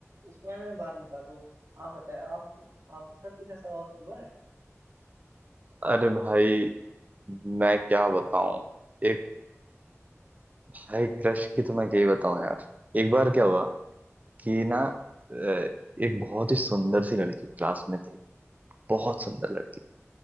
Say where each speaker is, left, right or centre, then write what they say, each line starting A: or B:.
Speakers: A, on the right (about 65°); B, on the right (about 30°).
A: उस बारे में बाद में बताता हूँ आप बताएं आप आपके साथ कुछ ऐसा और हुआ है
B: अरे भाई मैं क्या बताऊं एक भाई क्रश की तो मैं क्या ही बताऊं यार एक बार क्या हुआ कि ना अ, एक बहुत ही सुंदर सी लड़की क्लास में थी बहुत सुंदर लड़की